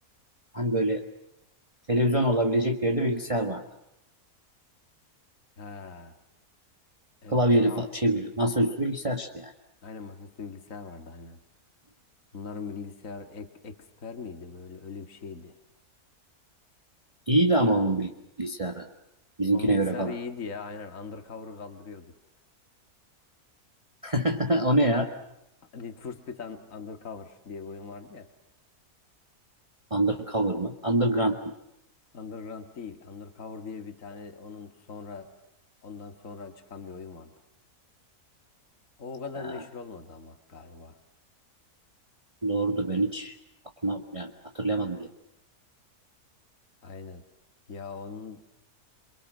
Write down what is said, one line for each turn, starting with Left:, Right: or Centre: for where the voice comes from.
Right: hani böyle televizyon olabilecek bir yerde bilgisayar var.
Left: ha evet
Right: Klavyeli
Left: ya
Right: fa- şey böyle masaüstü bilgisayar işte yani.
Left: aynen masaüstü bilgisayar vardı aynen. Bunların bilgisayar ek, eksper miydi böyle öyle bir şeydi.
Right: İyiydi ama onun bilgisayarı. Bizimkine
Left: Onun bilgisayarı
Right: göre falan.
Left: iyiydi ya aynen undercover kaldırıyordu.
Right: <laughs> O ne ya?
Left: A- Need for Speed Un- Undercover diye bir oyun vardı ya.
Right: Undercover mı? Underground mı?
Left: Underground değil. Undercover diye bir tane onun sonra ondan sonra çıkan bir oyun vardı. O, o kadar
Right: Ha,
Left: meşhur olmadı ama galiba.
Right: doğrudur ben hiç aklıma yani hatırlayamadım bile.
Left: Aynen. Ya onun